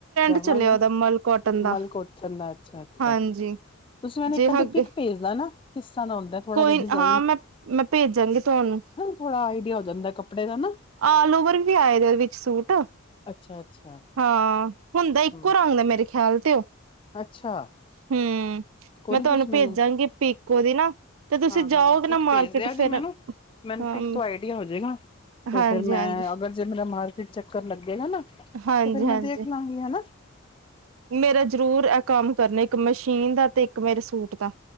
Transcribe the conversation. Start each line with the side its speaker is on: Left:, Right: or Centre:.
Left: ਜਾਵਾਂਗੀ,
Right: ਚਲਿਆ ਉਹਦਾ ਮਲ ਕੋਟਨ ਦਾ
Left: ਮਲ ਕੋਟਨ ਦਾ ਅੱਛਾ-ਅੱਛਾ,
Right: ਹਾਂਜੀ
Left: ਤੁਸੀਂ ਮੈਨੂੰ
Right: ਜੇ
Left: ਇੱਕ
Right: ਹੈਗੇ
Left: ਪਿਕ ਭੇਜਦਾ ਨਾ ਕਿਸ ਤਰਾ ਦਾ ਹੁੰਦਾ ਥੋੜਾ
Right: ਕੋਈ
Left: ਜਾ ਡਿਜਾਇਨ
Right: ਹਾਂ ਮੈਂ ਮੈਂ ਭੇਜਾਂਗੀ ਤੁਹਾਨੂੰ
Left: ਥੋੜਾ ਆਈਡੀਆ ਹੋ ਜਾਂਦਾ ਕੱਪੜੇ ਦਾ ਨਾ
Right: ਆਹ ਲੋਵਰ ਵੀ ਆਏ ਦੇ ਵਿੱਚ ਸੂਟ,
Left: ਅੱਛਾ-ਅੱਛਾ
Right: ਹਾਂ ਹੁੰਦਾ, ਇੱਕੋ
Left: ਹੂੰ,
Right: ਰੰਗ ਦਾ ਮੇਰੇ ਖਿਆਲ। ਤੇ,
Left: ਅੱਛਾ,
Right: ਹੂੰ
Left: ਕੋਈ
Right: ਮੈਂ
Left: ਨੀ
Right: ਤੁਹਾਨੂੰ
Left: ਤੁਸੀਂ ਮੈਨੂੰ
Right: ਭੇਜਾਂਗੀ ਪਿਕ ਉਦੀ ਨਾ ਤੇ ਤੁਸੀਂ
Left: ਹਾਂ-ਹਾਂ
Right: ਜਾਓਗੇ,
Left: ਪਿਕ
Right: ਨਾ ਮਾਰਕੀਟ
Left: ਭੇਜਦੇ ਆ ਜੇ
Right: ਫਿਰ
Left: ਮੈਨੂੰ ਮੈਨੂੰ
Right: ਹਾਂ।
Left: ਪਿਕ ਤੋਂ ਆਈਡੀਆ ਹੋ ਜੇਗਾ ਤੇ
Right: ਹਾਂਜੀ
Left: ਫੇਰ ਮੈਂ
Right: ਹਾਂਜੀ
Left: ਅਗਰ ਜੇ ਮੇਰਾ ਮਾਰਕੀਟ ਚੱਕਰ ਲੱਗੇਗਾ, ਨਾ ਤੇ
Right: ਹਾਂਜੀ
Left: ਫੇਰ ਮੈਂ
Right: ਹਾਂਜੀ
Left: ਦੇਖ ਲਾਗੀ ਹਨਾ। ਬਸ,
Right: ਮੇਰਾ ਜ਼ਰੂਰ ਇਹ ਕੰਮ ਕਰਨੇ, ਇੱਕ ਮਸ਼ੀਨ ਦਾ ਤੇ ਇੱਕ ਮੇਰੇ ਸੂਟ ਦਾ।